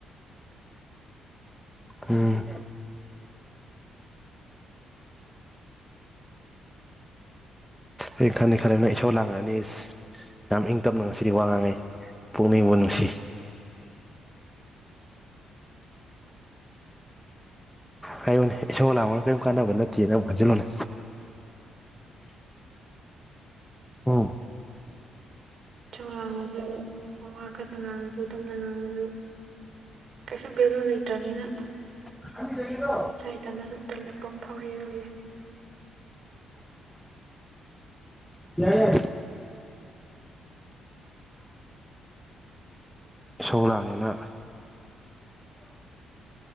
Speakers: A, in the centre; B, on the right.
A: ꯎꯝ꯫
B: <inaudible>
A: ꯑꯩ ꯈꯟꯗꯤ ꯈꯟꯂꯦꯕꯥ ꯅꯪ ꯏꯁꯧ ꯂꯥꯡꯉꯛꯅꯤꯁꯦ꯫ ꯌꯥꯝ ꯏꯪ ꯇꯞꯅ ꯉꯁꯤꯗꯤ ꯋꯥ ꯉꯥꯡꯉꯩ ꯄꯨꯛꯅꯤꯡꯕꯨ ꯅꯨꯡꯁꯤ꯫ ꯍꯥꯢꯌꯨꯅꯦ ꯏꯁꯣꯔ ꯂꯥꯡꯕꯅ ꯀꯔꯤꯝ ꯀꯥꯟꯅꯕ ꯅꯠꯇꯦꯅ ꯑꯃꯨꯛ ꯍꯟꯖꯤꯜꯂꯣꯅꯦ꯫ ꯑꯥ <unintelligible>
B: ꯏꯁꯧ ꯂꯥꯡꯕꯁꯦ ꯋꯥ ꯀꯟꯅ ꯉꯥꯡꯉꯁꯨ ꯇꯝꯅ ꯉꯥꯡꯉꯁꯨ꯫ ꯀꯩꯁꯨ ꯕꯦꯂꯨ ꯂꯩꯇ꯭ꯔꯝꯅꯤꯅ꯫
A: <inaudible>
B: ꯁꯨꯝ ꯏꯁꯥ ꯏꯇꯟꯅ ꯁꯨꯝ ꯇꯜꯂꯛꯄ ꯑꯃ ꯐꯥꯎꯔꯛꯑꯦ <unintelligible>
A: <inaudible> ꯁꯧꯂꯥꯡꯉꯤꯅ